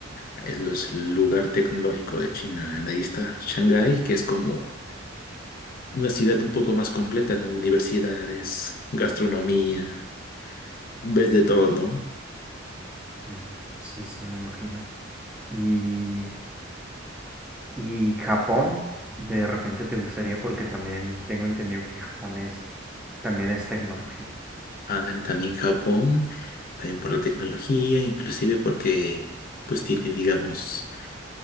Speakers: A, on the left; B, in the centre.
A: Es los, el lugar tecnológico de China. Ahí está Shanghái, que es como una ciudad un poco más completa, ¿no? Universidades, gastronomía. Ves de todo, ¿no?
B: Ujú, Sí, sí, me imagino. Y, y Japón, de repente te gustaría porque también tengo entendido que Japón es, también es tecnología.
A: Ándale, también Japón, también por la tecnología, inclusive porque pues tiene, digamos,